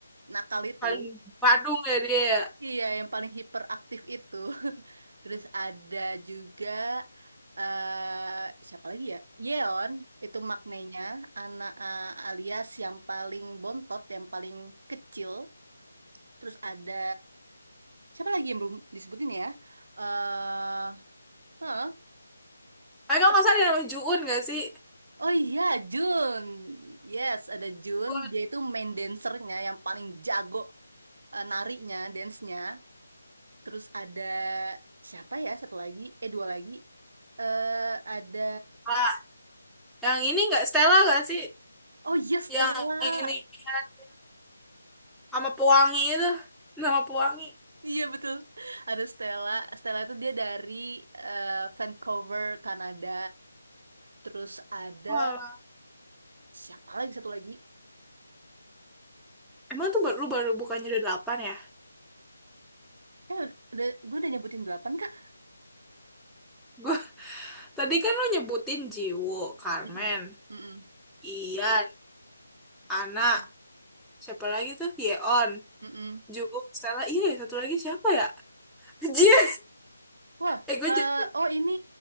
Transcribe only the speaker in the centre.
paling Badung ya dia. ya.
Tapi kalau nggak salah ada namanya Juun nggak sih?
Juun.
Ah, yang ini nggak Stella nggak sih?
yang ini yang sama pewangi itu nama pewangi
Walah.
emang tuh baru lu baru bukannya udah delapan ya
gua <laughs> tadi kan lu nyebutin Jiwo Carmen
Ian Ana
siapa lagi tuh Yeon
Jungkook Stella iya ya, satu lagi siapa ya <laughs> Jia
eh gue
jadi